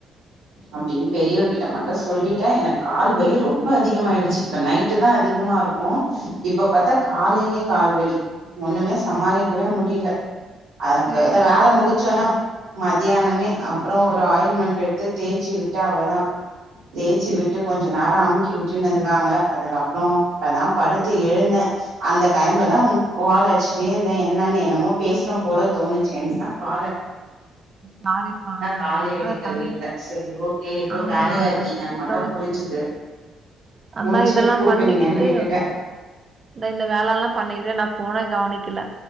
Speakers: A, on the right; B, on the right.
A: அப்டின்னு பெரியவ கிட்ட மட்டு சொல்லி ட எனக்கு கால்வலி ரொம்ப அதிகமாயிடுச்சு இப்ப நைட்டு தா அதிகமா இருக்கு இப்ப பத்தா காலைலியே கால்வலி ஒண்ணுமே சமாளிக்கவே முடில அதப்ப
B: எனக்கு
A: அந்த
B: அது
A: வேல
B: வேற
A: முடுச்சோனோ மதியானமே அப்புறோ ஒரு ஆயில் மண்ட் எட்த்து தேச்சு வுட்ட அவதா தேச்சு விட்டு கொஞ்ச நேர அமுக்கி விட்டுன்னுந்தாங்க அதுக்கப்புறோ இப்பதா படுத்து எழுந்த அந்த டைம்ல தா உங்க கால்லச்சுட்டே இருந்த என்னன்னு என்னமோ பேசுனு போல தோணுச்சு என்றுத கால
B: சாரிப்பா
A: காலே
B: ஆ அதா
A: எடுக்கவே
B: தண்ணி
A: இல்ல சரி ஓகே ஏதோ
B: ஆமா
A: வேலையா
B: அந்த
A: இருக்கீங்கன்னு
B: துனி
A: மட்டு
B: தொவச்சுக்கிட்டு
A: புரிஞ்சுது
B: அதா
A: முடிச்சுட்டு
B: இதல்லா
A: கூப்பிடுவீங்கன்னு
B: பண்ணிக்கிட்டு
A: விட்டுட்டே
B: நா இந்த வேலல்லா பண்ணிக்கிட்டு நா போனே கவனிக்கல